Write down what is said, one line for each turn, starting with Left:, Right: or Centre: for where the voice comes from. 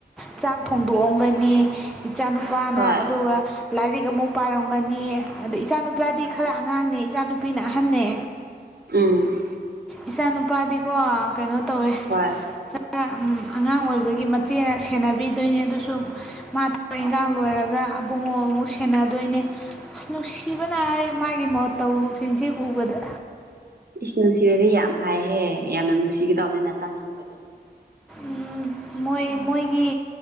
Centre: <unintelligible> ꯆꯥꯛ ꯊꯣꯡꯗꯣꯛꯑꯝꯒꯅꯤ ꯏꯆꯥꯅꯨꯨꯄꯥꯅ
Right: ꯍꯣꯏ
Centre: ꯑꯗꯨꯒ ꯂꯥꯏꯔꯤꯛ ꯑꯃꯨꯛ ꯄꯥꯔꯝꯒꯅꯤ <unintelligible> ꯏꯆꯥꯅꯨꯨꯄꯥꯗꯤ ꯈꯔ ꯑꯉꯥꯡꯅꯦ ꯏꯆꯥꯅꯨꯄꯤꯅ ꯑꯍꯟꯅꯦ
Right: ꯎꯝ
Centre: ꯏꯆꯥ ꯅꯨꯄꯥꯗꯤꯀꯣ ꯀꯩꯅꯣ ꯇꯧꯋꯦ
Right: ꯍꯣꯏ
Centre: ꯈꯔ ꯑꯉꯥꯡ ꯑꯣꯏꯕꯒꯤ ꯃꯆꯦꯅ ꯁꯦꯟꯅꯕꯤꯗꯣꯏꯅꯤ ꯑꯗꯨꯁꯨ ꯃꯥ ꯊꯕꯛ ꯏꯪꯒꯥꯡ ꯂꯣꯏꯔꯒ ꯑꯕꯨꯡꯉꯣ ꯑꯃꯨꯛ ꯁꯦꯟꯅꯗꯣꯏꯅꯦ ꯑꯁ ꯅꯨꯡꯁꯤꯕꯅ ꯑꯩ ꯃꯥꯒꯤ ꯃꯇꯧꯁꯤꯡꯁꯦ ꯎꯕꯗ
Right: ꯏꯁ ꯅꯨꯡꯁꯤꯔꯗꯤ ꯌꯥꯝ ꯐꯩꯍꯦ ꯌꯥꯝꯅ ꯅꯨꯡꯁꯤꯒꯦ ꯇꯧꯕꯅꯤ ꯅꯆꯥ ꯁꯤꯛꯄꯗꯤ
Centre: ꯎꯝ ꯃꯣꯏ ꯃꯣꯏꯒꯤ